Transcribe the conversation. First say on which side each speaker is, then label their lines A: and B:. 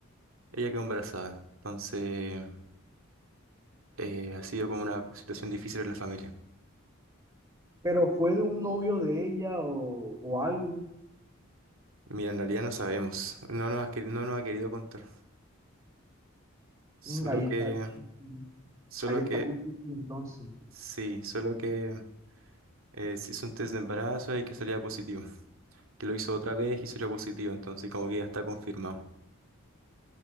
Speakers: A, on the right; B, on the right.
A: ella quedó embarazada. Entonces, eh, ha sido como una situación difícil en la familia.
B: ¿Pero fue de un novio de ella o, o algo?
A: Mira, en realidad no sabemos. No nos ha querido, no nos ha querido contar. Solo
B: Mm, ahí
A: que,
B: está difícil.
A: solo
B: Ahí está
A: que,
B: difícil entonces.
A: sí, solo que eh, se hizo un test de embarazo y que salía positivo. Que lo hizo otra vez y salió positivo. Entonces, como que ya está confirmado.